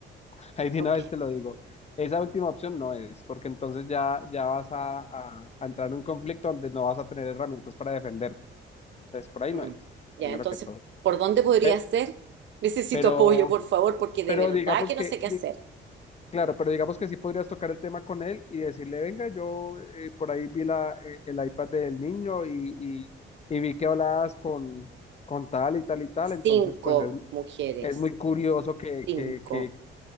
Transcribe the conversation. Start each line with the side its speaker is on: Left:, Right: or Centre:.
Left: <laughs> Ahí de
Right: ¿Por
Left: una
Right: qué?
Left: vez te lo digo. Esa última opción no es, porque entonces ya, ya vas a, a- a entrar en un conflicto donde no vas a tener herramientas para defenderte. Entonces, por ahí
Right: Mm.
Left: no es, primero
Right: Ya, entonces,
Left: que todo.
Right: ¿por dónde podría
Left: Pe-
Right: ser? Necesito
Left: Pero,
Right: apoyo, por favor, porque
Left: pero
Right: de verdad
Left: digamos
Right: que
Left: que,
Right: no sé qué hacer.
Left: Claro, pero digamos que sí podrías tocar el tema con él y decirle, venga, yo eh, por ahí vi la, eh, el iPad del niño y, y, y vi que hablabas con, con tal y tal y tal, entonces
Right: Cinco
Left: pues es,
Right: mujeres.
Left: es muy curioso que,
Right: Cinco.
Left: que, que,